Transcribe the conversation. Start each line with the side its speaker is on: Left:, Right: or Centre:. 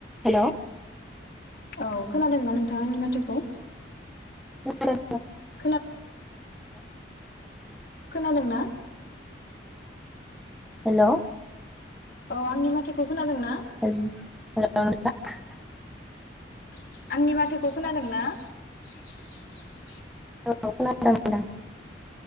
Centre: हेल'
Left: औ खोनादोंना नोंथांङा आंनि मा थोखौ
Centre: <unintelligible>
Left: खोना खोनादोंना?
Centre: हेलौ
Left: औ आंनि माथोखौ खोनादों ना?
Centre: हेल हेलौ <unintelligible>
Left: <unintelligible> आंनि माथोखौ खोनादों ना? <unintelligible>
Centre: औ खोनादों नोंथां